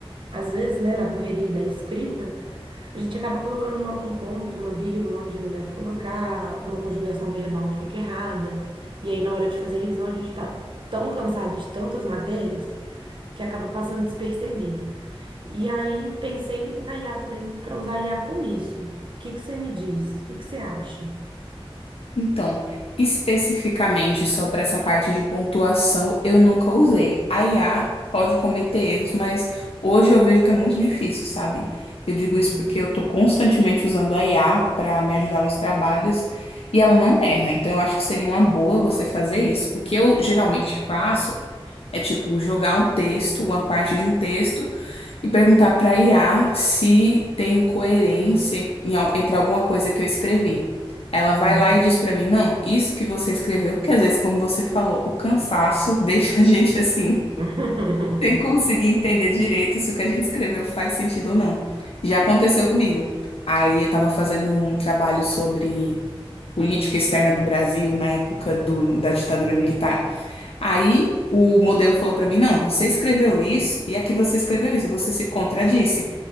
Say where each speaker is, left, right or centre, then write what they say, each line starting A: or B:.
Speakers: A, on the right; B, on the left.
A: às vezes, né, na correria da escrita, A gente acaba colocando uma- um ponto, uma vírgula onde não deve colocar, uma conjugação verbal fica errada. E aí, na hora de fazer a revisão, a gente está tão cansado de tantas matérias que acaba passando despercebido. E aí, pensei na IA também, para usar a IA com isso. O que que você me diz? O que que você acha?
B: Então, especificamente só para essa parte de pontuação, eu nunca usei. A IA pode cometer erros, mas hoje eu vejo que é muito difícil, sabe? Eu digo isso
A: Hum,
B: porque eu estou constantemente usando a IA para me ajudar nos trabalhos e ela não erra. Então, eu acho que seria uma boa você fazer isso. O que eu geralmente faço É tipo jogar um texto, uma parte de um texto, e perguntar para IA se tem coerência em al- entre alguma coisa que eu escrevi. Ela vai
A: hum.
B: lá e diz para mim, não, isso que você escreveu, porque às vezes, como você falou, o cansaço <laughs> deixa a gente assim,
A: <laughs>
B: sem conseguir entender direito se o que a gente escreveu faz sentido ou não. Já aconteceu comigo. Aí eu estava fazendo um trabalho sobre política externa do Brasil na época do- da ditadura militar. Aí o modelo falou pra mim: não, você escreveu isso e aqui você escreveu isso, você se contradisse.